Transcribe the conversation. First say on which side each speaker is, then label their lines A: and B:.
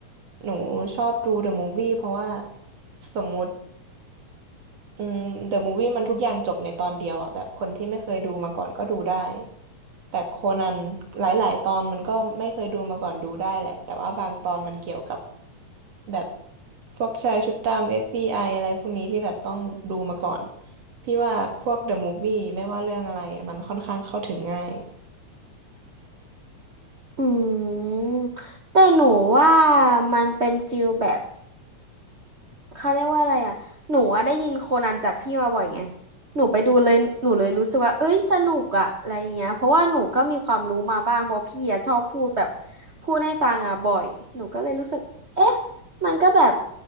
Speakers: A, on the right; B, on the right.
A: หนูชอบดูเดอะมูฟวี่เพราะว่าสมมุติ อืม The Movie มันทุกอย่างจบในตอนเดียวอ่ะแบบคนที่ไม่เคยดูมาก่อนก็ดูได้แต่โคนันหลายๆตอนมันก็ไม่เคยดูมาก่อนดูได้แหละแต่ว่าบางตอนมันเกี่ยวกับแบบพวกชายชุดดำ FBI อฟบีไออะไรพวกนี้ที่แบบต้องดูมาก่อนพี่ว่าพวก The Movie ไม่ว่าเรื่องอะไรมันค่อนข้างเข้าถึงง่าย
B: อืมแต่หนูว่ามันเป็นฟิลแบบ เขาเรียกว่าอะไรอ่ะหนูอะได้ยินโคนันจากพี่มาบ่อยไงหนูไปดูเลยหนูเลยรู้สึกว่าเอ้ยสนุกอ่ะอะไรอย่างเงี้ยเพราะว่าหนูก็มีความรู้มาบ้างเพราะพี่อ่ะชอบพูดแบบพูดให้ฟังอ่ะบ่อยหนูก็เลยรู้สึกเอ๊ะมันก็แบบ